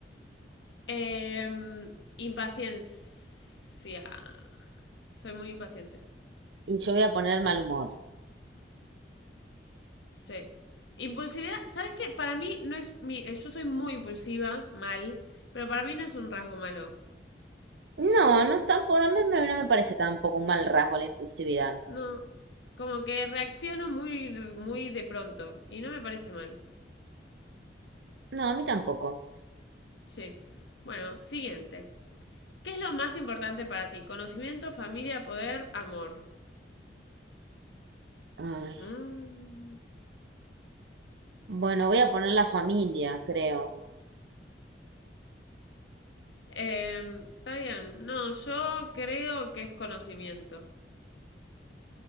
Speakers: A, on the left (about 85°); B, on the right (about 75°).
A: Em, impaciencia. Soy muy impaciente.
B: Y yo voy a poner mal humor.
A: Sí. Impulsividad, ¿sabes qué? Para mí no es mi. eh, Yo soy muy impulsiva, mal, pero para mí no es un rasgo malo.
B: No, no tampoco, no me, no no me parece tampoco un mal rasgo la impulsividad.
A: No. Como que reacciono muy, muy de pronto y no me parece mal.
B: No, a mí tampoco.
A: Sí. Bueno, siguiente. ¿Qué es lo más importante para ti? Conocimiento, familia, poder, amor.
B: Ay.
A: Mm.
B: Bueno, voy a poner la familia, creo.
A: Em, está bien. No, yo creo que es conocimiento.